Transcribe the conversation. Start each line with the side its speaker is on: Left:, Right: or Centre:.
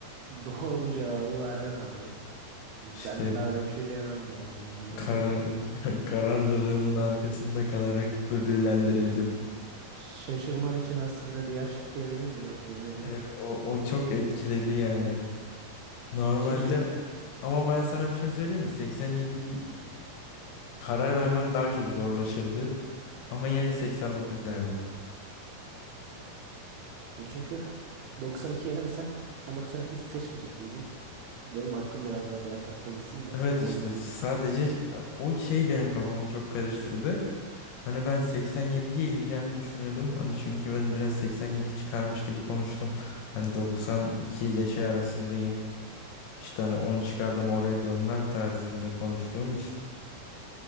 Right: doğru cevabı verdin abi. Ben
Left: İşte
Right: daha da bir şey diyemem yani. Bundan
Left: kara,
Right: öte bir yol. yok.
Left: <laughs> kararlılığımın arkasında kalarak ödüllendirildim.
Right: Şaşırman için aslında diğer şıkkı eledin de yok yemedin.
Left: Evet o, o çok etkiledi yani. Normalde
Right: Çünkü
Left: ama ben sana bir şey söyleyeyim mi? 87'yi karar vermem daha çok zorlaşırdı. Ama yine 89 derdim.
Right: ya çünkü <laughs> 92 elemesem sen 92 seçmeyecek gibiydin. Benim aklım biraz daha diğer tarafa gitsin de
Left: Evet
Right: olmadı.
Left: işte sadece e, o şey benim kafamı çok karıştırdı. Hani ben 87'ye ileceğini düşünüyordum. Hani çünkü ben de biraz 87'yi çıkarmış gibi konuştum. Hani 92 ile şey arasındayım. İşte hani onu çıkardım oraya dönmem tarzında konuştuğum için.